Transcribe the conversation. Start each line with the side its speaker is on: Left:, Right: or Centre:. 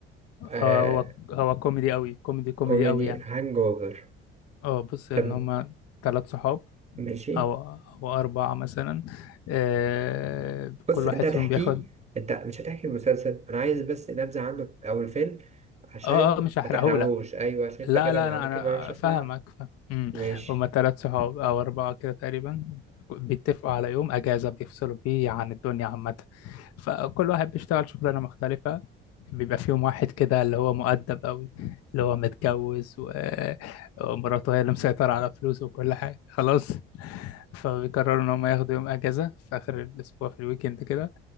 Right: آه
Left: آه، هو هو كوميدي قوي كوميدي كوميدي
Right: كوميدي
Left: قوي يعني
Right: هانج اوفر
Left: اه بص
Right: طب
Left: ان هما ثلاث صحاب
Right: ماشي
Left: او او اربعة مثلا آه،
Right: بص
Left: كل
Right: انت
Left: واحد
Right: هتحكيه
Left: فيهم بياخد
Right: انت مش هتحكي المسلسل انا عايز بس نبذة عنه او الفيلم عشان
Left: اه اه مش هحرقهولك
Right: ما تحرقهوش ايوه عشان انت
Left: لا
Right: كده
Left: لا
Right: ما
Left: انا
Right: ممكن ما اروحش
Left: انا
Right: اسمع
Left: فاهمك فاهم امم
Right: ماشي
Left: هما تلات صحاب او اربعه كده تقريبا بيتفقوا على يوم اجازه بيفصلوا بيه عن الدنيا عامه فكل واحد بيشتغل شغلانه مختلفه بيبقى فيهم واحد كده اللي هو مؤدب قوي اللي هو متجوز و... آه، ومراته هي اللي مسيطره على فلوسه وكل حاجه خلاص فبيقرروا ان هم ياخدوا يوم اجازه في اخر الاسبوع في الويكند كده